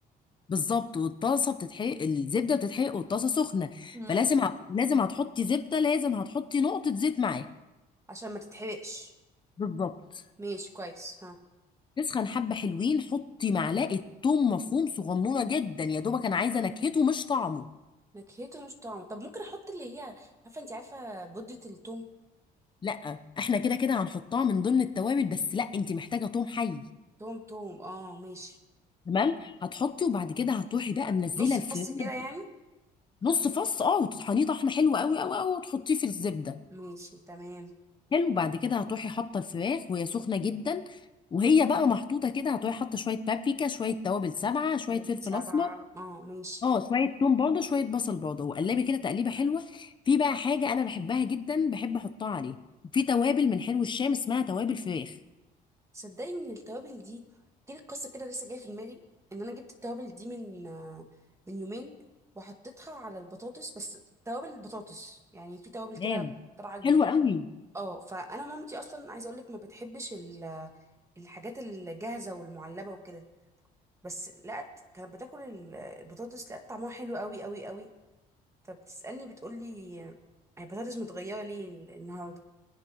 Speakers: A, on the left; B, on the right.
A: بالظبط والطاسه بتتحرق الزبده بتتحرق والطاسه سخنه
B: مم.
A: فلازم هت- لازم هتحطي زبده لازم هتحطي نقطه زيت معاها
B: عشان ما تتحرقش
A: بالظبط
B: ماشي كويس ها
A: تسخن حبه حلوين حطي معلقه ثوم مفروم صغنونه جدا يا دوبك انا عايزه نكهته مش طعمه
B: نكهته مش طعمه طب ممكن احط اللي هي عارفه انت عارفه بودة التوم
A: لا احنا كده كده هنحطها من ضمن التوابل بس لا انت محتاجه ثوم حي
B: توم توم اه ماشي
A: تمام هتحطي وبعد كده هتروحي بقى منزله
B: نص
A: الفرن
B: فص كده يعني
A: نص فص اه وتطحنيه طحنه حلوه قوي قوي قوي وتحطيه في الزبده
B: ماشي تمام
A: حلو بعد كده هتروحي حاطه الفراخ وهي سخنه جدا وهي بقى محطوطه كده هتروحي حاطه شويه بابريكا شويه توابل سبعه شويه
B: طيب،
A: فلفل
B: سبعة
A: اسمر
B: اه ماشي
A: اه شويه توم برضه شويه بصل برضه وقلبي كده تقليبه حلوه في بقى حاجه انا بحبها جدا بحب احطها عليه في توابل من حلو الشام اسمها توابل فراخ
B: صدقني ان التوابل دي جيت القصه كده لسه جايه في دماغي ان انا جبت التوابل دي من آه، من يومين وحطيتها على البطاطس بس توابل البطاطس يعني في توابل كده
A: تمام
B: طالعه جديده
A: حلوه قوي
B: اه فانا مامتي اصلا عايزه اقول لك ما بتحبش ال- الحاجات الجاهزه والمعلبه وكده بس لقت كانت بتاكل ال- البطاطس لقت طعمها حلو قوي قوي قوي فبتسالني بتقول لي البطاطس متغيره ليه النهارده